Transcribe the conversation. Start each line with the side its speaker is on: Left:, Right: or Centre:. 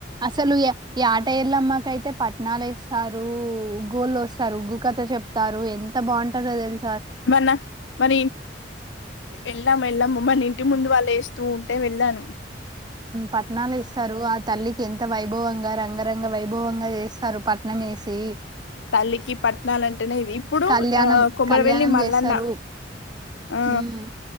Right: అసలు ఏ ఏట ఎల్లమ్మ కి అయితే పట్నాలు ఎస్తారు గొలోస్తారు ఉగ్గు కథ చెప్తారు ఎ అంత బాగుంటుందొ తెలు
Left: మన మన వెళ్ళాము వెళ్ళాము మన ఇంటి ముందు వాళ్ళు వేస్త స్తూ ఉంటే వెళ్ళాను
Right: పట్టణాలు ఇస్తారు ఆ తల్లికి ఎంత వయ వైభవంగా రంగరంగ వైభవంగా చేస్తారు పట్నం వేసి
Left: తల్లికి పట్నాల అంటేనే ఇది ఇప్పుడు
Right: కళ్యాణం,
Left: ఆ కుమరివెల్లి
Right: కళ్యాణం
Left: మల్లన్న
Right: చేస్తారు.
Left: ఆ
Right: హ్మ్.